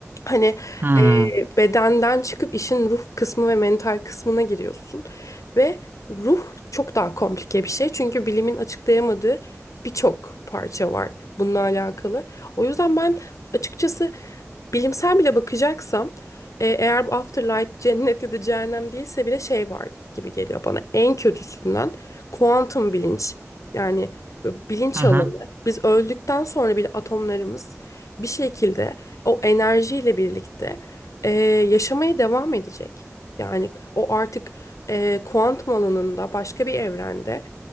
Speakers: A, on the left; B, on the right.
A: Hani
B: Hı hı.
A: e, bedenden çıkıp işin ruh kısmı ve mental kısmına giriyorsun. Ve ruh çok daha komplike bir şey. Çünkü bilimin açıklayamadığı birçok parça var bununla alakalı. O yüzden ben açıkçası Bilimsel bile bakacaksam e, eğer bu afterlife cennet ya da cehennem değilse bile şey var gibi geliyor bana. En kötüsünden kuantum bilinç yani böyle bilinç
B: Hı hı.
A: alanı. Biz öldükten sonra bile atomlarımız bir şekilde o enerjiyle birlikte e, yaşamaya devam edecek. Yani o artık e, kuantum alanında başka bir evrende